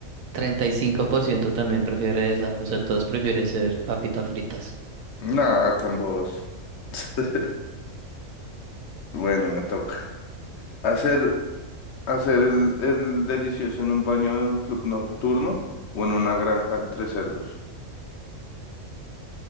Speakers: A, on the right; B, on the left.
A: 35% también prefiere esa, o sea, todos prefieren ser papitas fritas.
B: Nah, tan bobos. <laughs> Bueno, me toca. Hacer, hacer el, el delicioso en un baño de un club nocturno o en una granja entre cerdos.